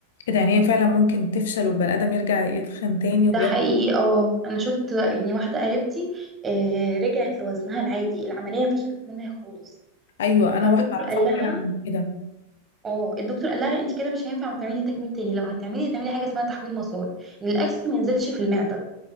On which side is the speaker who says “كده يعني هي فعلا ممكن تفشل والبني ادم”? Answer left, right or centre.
Left